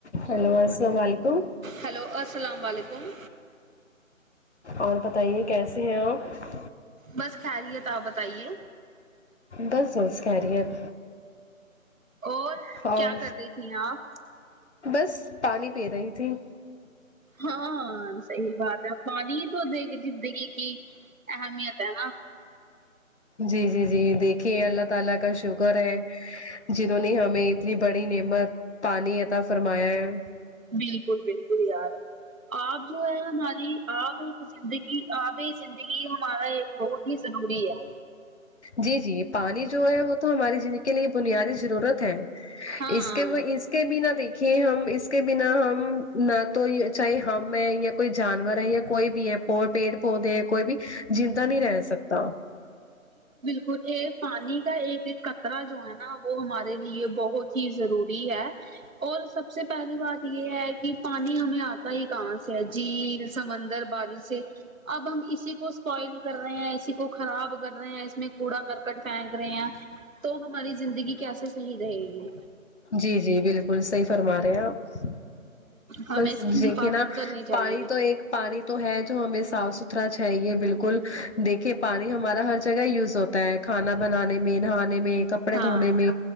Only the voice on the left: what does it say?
hello السلام و علیکم
اور بتائیے کیسے ہیں آپ
بس سس خیریت
اور
بس پانی پی رہی تھی
جی جی جی دیکھیے اللہ تعالی کا شکر ہے جنہوں نے ہمیں اتنی بڑی نعمت پانی عطا فرمایا ہے
جی جی پانی جو ہے وہ تو ہماری زندگی کے لیے بنیادی ضرورت ہے
اس کے وہ اس اس کے بنا دیکھیے ہم اس کے بنا ہم نہ تو چاہے ہم ہیں یا کوئی جانور ہے یا کوئی بھی ہے پ پیڑ پودے ہیں کوئی بھی زندہ نہیں رہ سکتا
جی جی بالکل صحیح فرما رہے آپ
بس
دیکھے
نا
پانی تو ایک پانی تو ہے جو ہمیں صاف ستھرا چاہیے بالکل دیکھیے پانی ہمارا ہر جگہ یوز ہوتا ہے کھانا بنانے میں نہانے میں کپڑے
دھونے میں